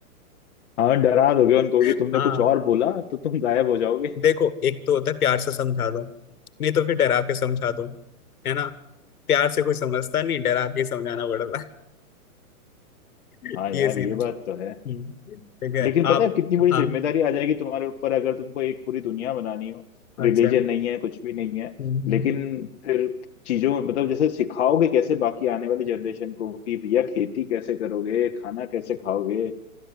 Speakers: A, on the left (about 50°); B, on the left (about 75°).
A: हाँ डरा दोगे उनको
B: <laughs>
A: कि तुमने
B: हाँ
A: कुछ और बोला तो तुम गायब हो जाओगे
B: देखो एक तो होता है प्यार से समझा दो नहीं तो फिर डरा के समझा दो है ना प्यार से कोई समझता नहीं डरा के समझाना पड़ता है। <laughs>
A: हाँ यार
B: ये सीन
A: ये
B: है
A: बात तो है
B: हम्म, ठीक है
A: लेकिन
B: आप
A: पता है कितनी बड़ी
B: हाँ
A: जिम्मेदारी आ जाएगी तुम्हारे ऊपर अगर तुमको एक पूरी दुनिया बनानी हो
B: अच्छा
A: रिलीजन नहीं है कुछ भी नहीं है
B: हम्म, हम्म,
A: लेकिन फिर चीजों में मतलब जैसे सिखाओगे कैसे बाकी आने वाली जनरेशन को कि भैया खेती कैसे करोगे खाना कैसे खाओगे